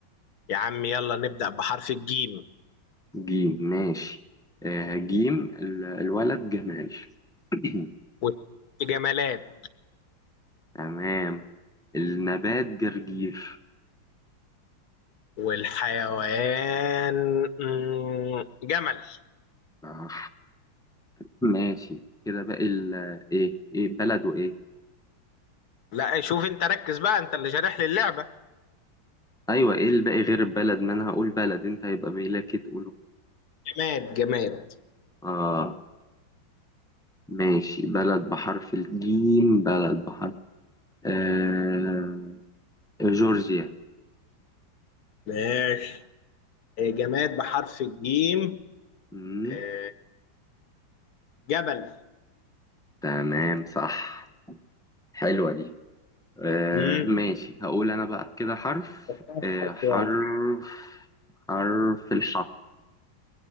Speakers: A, on the left; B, in the centre.
A: يا عم يلا نبدأ بحرف الجيم
B: جيم ماشي آه جيم ال- الولد جمال <clears throat>
A: والجمالات
B: تمام النبات جرجير
A: والحيوان مم، جمل
B: آه، ماشي كده باقي ال ايه ايه بلد وايه
A: لا شوف انت ركز بقى انت اللي شارح لي اللعبة
B: ايوه ايه الباقي غير البلد ما انا هقول بلد انت هيبقى باقي تقوله
A: جماد جماد
B: اه ماشي بلد بحرف الجيم بلد بحرف آه جورجيا
A: ماشي آه، جماد بحرف الجيم
B: مم،
A: آه، جبل
B: تمام صح حلوة دي آه
A: مم.
B: ماشي هقول انا بقى كده حرف
A: كام حرف
B: آه حرف
A: يلا
B: حرف الحاء